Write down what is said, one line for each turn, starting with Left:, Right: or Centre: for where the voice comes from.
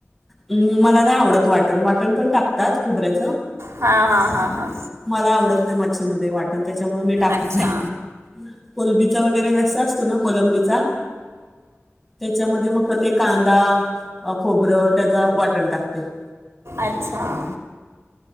Centre: अं मला नाय आवडत वाटण वाटण पण टाकतात खोबऱ्याचं.
Right: हां हां हां हां
Centre: मला आवडत नाही मच्छीमध्ये वाटण त्याच्यामुळ मी टाकत
Right: अच्छा
Centre: नाई. कोलबीचा वगैरे रस्सा असतो ना कोलंबीचा त्याच्यामध्ये मग ते कांदा खोबरं त्याच वाटण टाकते. <inaudible>
Right: अच्छा